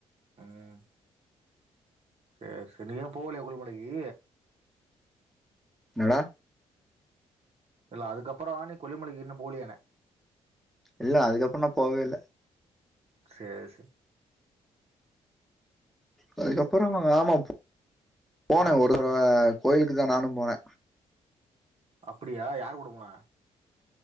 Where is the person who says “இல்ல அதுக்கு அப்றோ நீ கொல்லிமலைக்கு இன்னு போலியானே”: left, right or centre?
Right